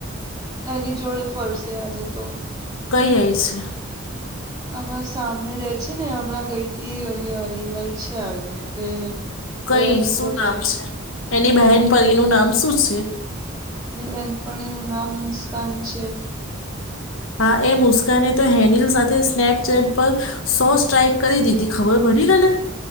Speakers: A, on the right; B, on the left.
A: એની જોડે ફરશે આજે તો
B: કઈ આયશે
A: આમાં સામે રે છે ને હમણાં ગઈ થી ર રહી આઈ છે આજે એટલે
B: કઈ
A: એ એની
B: શું
A: જોડે
B: નામ છે એની બહેન પરી નું નામ શું છે
A: વનપણી નું નામ મુસ્કાન છે
B: હા એ મુસ્કાને તો હેનિલ સાથે સ્નેપચેટ પર સો સ્ટ્રાાઈક કરી દીધી ખબર પડી ત ને